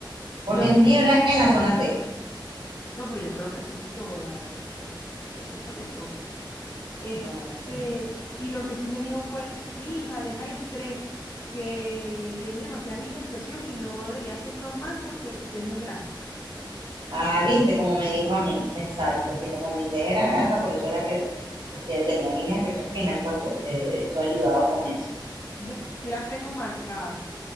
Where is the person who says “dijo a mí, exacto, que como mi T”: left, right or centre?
Right